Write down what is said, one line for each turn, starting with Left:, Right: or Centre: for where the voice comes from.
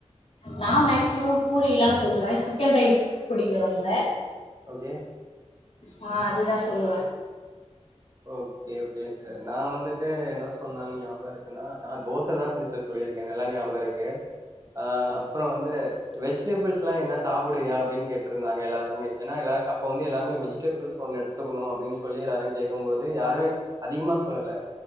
Left: நான் மேக்சிமம் பூரில்லா சொல்லுவ சிக்கன் ரைஸ் புடிக்கு ரொம்ப
Right: ஓகே
Left: நா அதுதா சொல்லுவ
Right: ஓகே ஓகே சார் நா வந்துட்டு என்ன சொன்னன் ஞாபக இரு நா நா தோசதா சிஸ்டர் சொல்லிருக்கே நல்லா ஞாபக இருக்கு ஆ அப்பற வந்து வெஜிடபிள்ஸ்ல்லா என்னா சாப்டுவியா அப்டினு கேட்டிருந்தாங்க எல்லாருக்குமே ஏன்னா எல்லா அப்போ வந்து எல்லாருமே வெஜிடபிள்ஸ் ஒன்னு எடுத் தூக்கனு அப்டின் சொல்லி எல்லாரு கேக்கு போது யாருமே அதிகமா சொல்லல